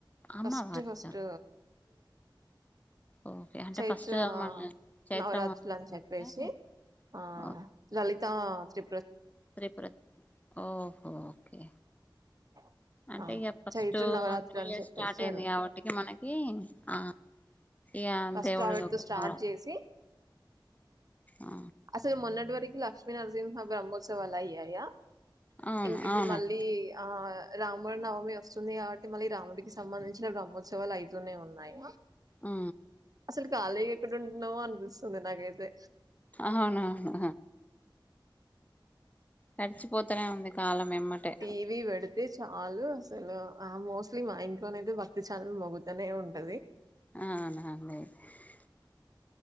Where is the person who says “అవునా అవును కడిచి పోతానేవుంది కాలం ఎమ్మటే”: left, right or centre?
Left